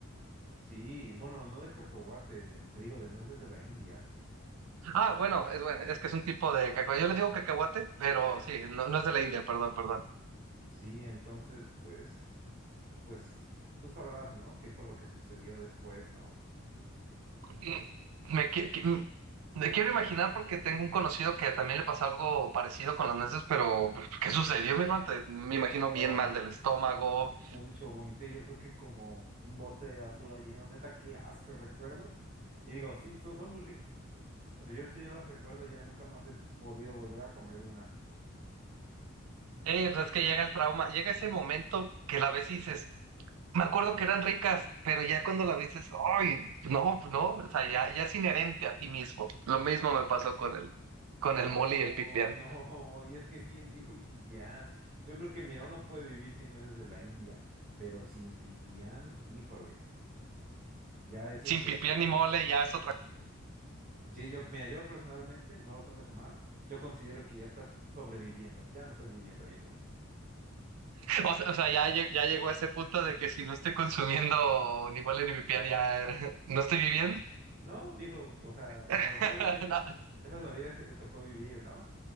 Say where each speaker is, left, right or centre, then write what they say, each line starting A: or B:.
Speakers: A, on the right; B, on the right.
A: Sí, bueno, no de cacahuate, de- te digo, de nueces de la India.
B: Ah, bueno, es, bueno, es que es un tipo de cacahuate. Yo le digo cacahuate, pero sí, no, no es de la India, perdón, perdón.
A: Sí, entonces, pues, pues tú sabrás, ¿no? ¿Qué fue lo que sucedió después, ¿no?
B: Mm, Me, qui- qui- mm, me quiero imaginar porque tengo un conocido que también le pasó algo parecido con las nueces, pero pero, ¿qué sucedió, mi hermano? Te- Me imagino
A: Oh,
B: bien mal del estómago.
A: vomité mucho, vomité, yo creo que como un bote de basura lleno, neta, qué asco, recuerdo. Y digo, sí, son, son muy ricos. Pero yo, te- yo las recuerdo, ya nunca más he podido volver a comer una.
B: Eh, pues es que llega el trauma, llega ese momento que la ves y dices, me acuerdo que eran ricas, pero ya cuando la ves, es, ay, no, no, o sea, ya, ya es inherente a ti mismo. Lo mismo me pasó con el, con
A: No,
B: el mole y el pipián.
A: <laughs> no, y es que es bien rico el pipián. Yo creo que, mira, uno puede vivir sin nueces de la India, pero sin pipián, híjole, ya eso
B: Sin
A: se...
B: pipián ni mole ya es otra
A: Sí, yo, mira, yo personalmente, no lo tomes a mal, yo considero que ya estás sobreviviendo, ya no estás viviendo, viejo.
B: <laughs> cosa. O sea, o sea, ya, lle- ya llegó a ese punto de que si no estoy consumiendo ni mole ni pipián, ya <laughs> eh, no estoy viviendo.
A: No, viejo, o sea,
B: <laughs>
A: lamentablemente,
B: No,
A: esa es la vida que te tocó vivir, ¿no?